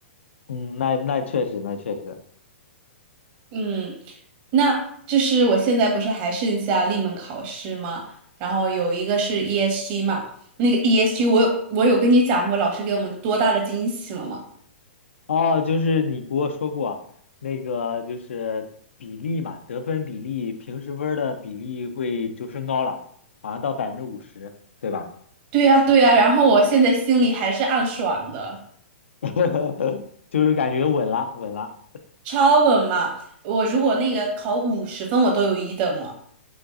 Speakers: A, on the left (about 75°); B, on the right (about 45°).
A: 嗯，那那确实，那确实。
B: 嗯，那就是我现在不是还剩下立门考试吗？然后有一个是 ESG 嘛，那个 ESG 我有我有跟你讲过，老师给我们多大的惊喜了吗？
A: 哦，就是你给我说过那个，就是比例嘛，得分比例，平时分儿的比例会就升高了，好像到百分之五十，对吧？
B: 对呀，对呀，然后我现在心里还是暗爽的，
A: <laughs> 就是感觉稳了，稳了。
B: 超稳嘛！我如果那个考五十分，我都有一等了。